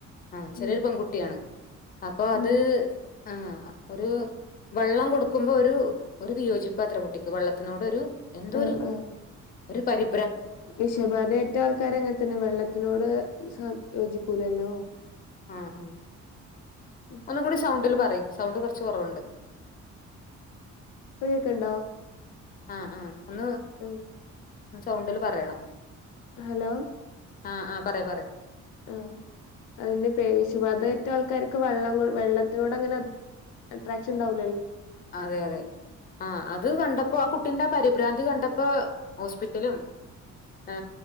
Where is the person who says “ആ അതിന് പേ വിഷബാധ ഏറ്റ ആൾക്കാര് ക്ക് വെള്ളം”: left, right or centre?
Left